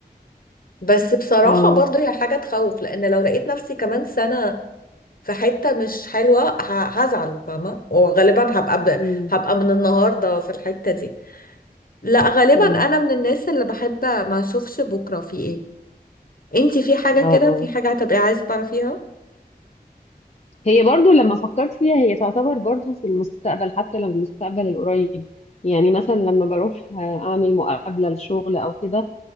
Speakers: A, on the left; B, on the left.
A: بس بصراحة
B: اه
A: برضو هي حاجة تخوف لان لو لقيت نفسي كمان سنة في حتة مش حلوة ه- هزعل فاهمة وغالبا هبقى ب...
B: أمم،
A: هبقى من النهاردة في الحتة دي لا غالبا
B: أمم،
A: انا من الناس اللي بحب ما اشوفش بكرة في ايه انتي في حاجة
B: اه
A: كده في حاجة هتبقي عايزة تعرفيها
B: هي برضو لما فكرت فيها هي تعتبر برضو في المستقبل حتى لو المستقبل القريب يعني مثلا لما بروح آه، اعمل مقابلة لشغل او كده